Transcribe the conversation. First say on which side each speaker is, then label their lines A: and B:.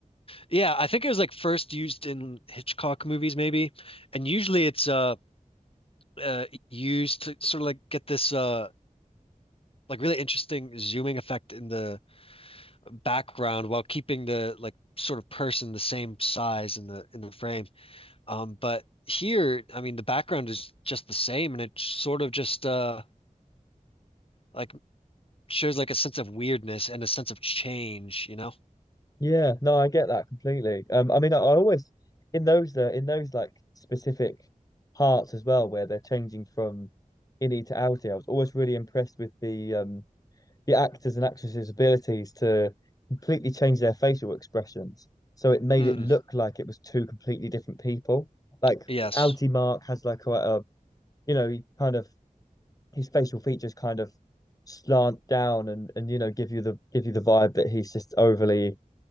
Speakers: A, on the left; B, on the left.
A: yeah I think it was like first used in Hitchcock movies maybe and usually it's uh uh used to sort of like get this uh like really interesting zooming effect in the background while keeping the like sort of person the same size in the in the frame. Um, but here, I mean, the background is just the same, and it sort of just uh like shows like a sense of weirdness and a sense of change, you know?
B: Yeah, no, I get that completely. Um, I mean, I, I always in those uh, in those like specific parts as well, where they're changing from innie to outie. I was always really impressed with the um the actors and actresses' abilities to completely change their facial expressions, so it made
A: Mm,
B: it look like it was two completely different people. Like
A: yes.
B: outie Mark has like quite a you know he kind of his facial features kind of slant down and and you know give you the give you the vibe that he's just overly